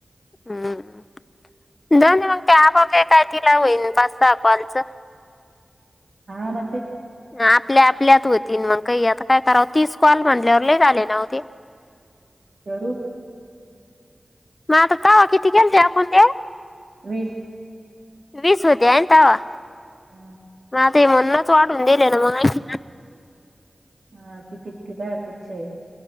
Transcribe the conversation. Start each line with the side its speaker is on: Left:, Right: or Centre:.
Left: हम्म दोन मग त्या आपग काय तिला होईन पाच स अलचं
Right: हा म
Left: आपल्या आपल्यात होत तन मग काही आता काय करावं तीस कॉल म्हणल्यावर ल आले ना हो ते
Right: यारू
Left: म तवा किती केलते आपण ते
Right: वीस
Left: वीस होत्यान तवा
Right: हा
Left: आ ते म्हणूनच वाटून दिले ना मग
Right: हा किती कती बया पचे हाय